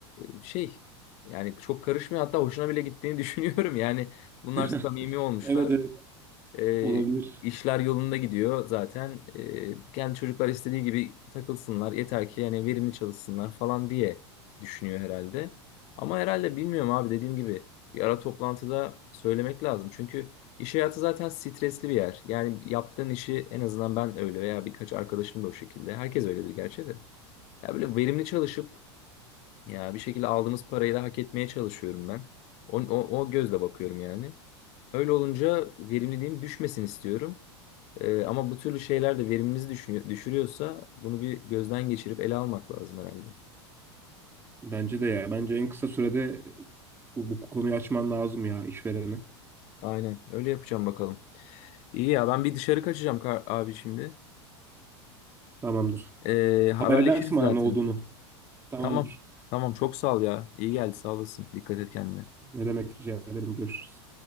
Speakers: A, on the left; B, on the right.
A: e, şey yani çok karışmıyor hatta hoşuna bile gittiğini <laughs> düşünüyorum yani bunlar
B: <laughs>
A: samimi olmuşlar.
B: Evet evet
A: E,
B: olabilir.
A: işler yolunda gidiyor zaten. E, kendi çocuklar istediği gibi takılsınlar. Yeter ki yani verimli çalışsınlar falan diye düşünüyor herhalde. Ama herhalde bilmiyorum abi dediğim gibi bir ara toplantıda söylemek lazım. Çünkü iş hayatı zaten stresli bir yer. Yani yaptığın işi en azından ben öyle veya birkaç arkadaşım da o şekilde. Herkes öyledir gerçi de. Ya böyle verimli çalışıp ya bir şekilde aldığımız parayı da hak etmeye çalışıyorum ben. O, o, o gözle bakıyorum yani. Öyle olunca verimliliğim düşmesin istiyorum. Ee, ama bu türlü şeyler de verimimizi düşünüyor, düşürüyorsa bunu bir gözden geçirip ele almak lazım herhalde.
B: Bence de ya. Bence en kısa sürede bu, bu konuyu açman lazım ya işverene.
A: Aynen öyle yapacağım bakalım. İyi ya ben bir dışarı kaçacağım kar- abi şimdi.
B: Tamamdır.
A: Ee, Tamam.
B: Haber
A: haberleşiriz
B: edersin
A: zaten.
B: bana ne olduğunu. Tamamdır.
A: Tamam. Tamam çok sağ ol ya. İyi geldi sağ olasın. Dikkat et kendine.
B: Ne demek rica ederim. Görüşürüz.